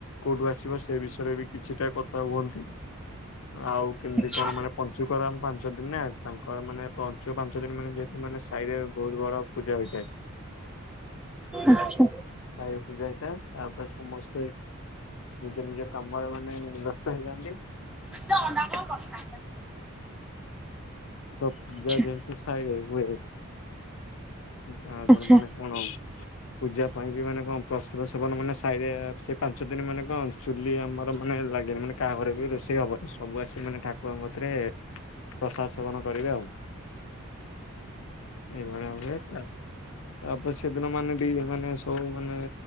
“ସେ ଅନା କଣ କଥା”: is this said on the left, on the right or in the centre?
Centre